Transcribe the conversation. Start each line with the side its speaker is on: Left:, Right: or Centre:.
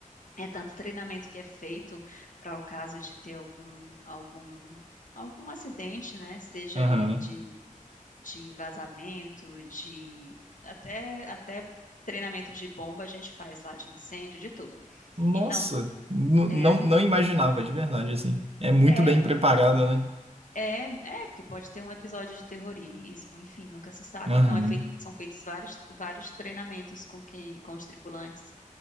Left: é tanto treinamento que é feito para o caso de ter algum, algum, algum acidente, né? Seja
Right: Aham.
Left: ele de, de vazamento, de até, até treinamento de bomba a gente faz lá, de incêndio, de tudo.
Right: Nossa,
Left: Então,
Right: n-
Left: é,
Right: não, não imaginava, de verdade, assim. É muito
Left: é
Right: bem preparada, né?
Left: É, é, porque pode ter um episódio de terrorismo, enfim, nunca se sabe.
Right: Aham,
Left: Então é feito- são feitos vários, vários treinamentos com quem, com os tripulantes